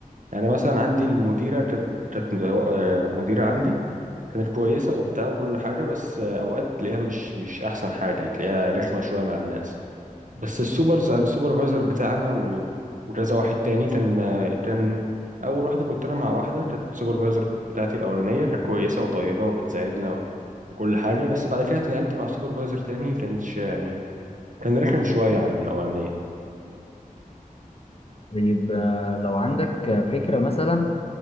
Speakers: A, on the right (about 60°); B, on the left (about 40°).
A: يعني أنا مثلا عندي المديرة كانت كانت آه، مديرة عندي كانت كويسة وبتاع وكل حاجة بس آه، أوقات تلاقيها مش مش أحسن حاجة يعني تلاقيها رخمة شوية مع الناس بس السوبر السوبرفايزر بتاعنا و... وكذا واحد تاني كان كان اول واحده كنت انا مع واحده كانت السوبرفايزر بتاعتي الاولانيه كانت كويسه وطيبه وبتساعدنا وكل حاجه بس بعد كده اتنقلت مع سوبرفايزر تاني كانش يعني كان رخم شويه عن الاولانيه
B: طيب آه، لو عندك فكرة مثلا